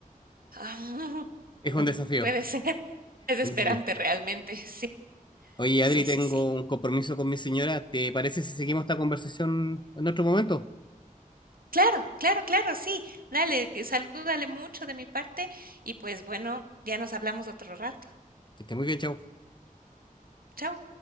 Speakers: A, on the right; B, on the left.
A: Ah,
B: Es
A: <laughs>
B: un desafío,
A: Puede ser <laughs> desesperante
B: es un desafío.
A: realmente, sí,
B: Oye,
A: sí,
B: Adri, tengo
A: sí, sí.
B: un compromiso con mi señora. ¿Te parece si seguimos esta conversación en otro momento?
A: Claro, claro, claro, sí. Dale, que salúdale mucho de mi parte y, pues, bueno, ya nos hablamos otro rato.
B: Que esté muy bien, chao.
A: Chao.